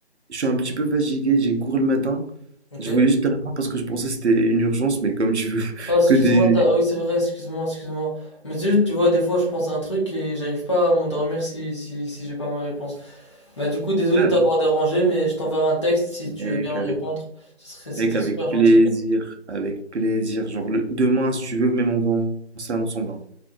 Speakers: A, on the right; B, on the left.
A: je suis un petit peu fatigué, j'ai cours le matin.
B: Ok?
A: Je voulais juste te répondre parce que je pensais que c'était une urgence, mais comme tu veux <laughs>
B: Oh, excuse-moi,
A: que des...
B: t'as- oui, c'est vrai, excuse-moi, excuse-moi. Mais c'est juste, tu vois, des fois, je pense à un truc et j'arrive pas à m'endormir si, si, si j'ai pas ma réponse. Bah, du coup, désolé
A: Ah,
B: de t'avoir dérangé, mais je t'enverrai un texte si
A: Mec,
B: tu veux bien me
A: avec,
B: répondre. Ce serait, c'était
A: mec, avec
B: super gentil.
A: plaisir, avec plaisir. Genre, le- demain, si tu veux, même on va en salle ensemble. hein.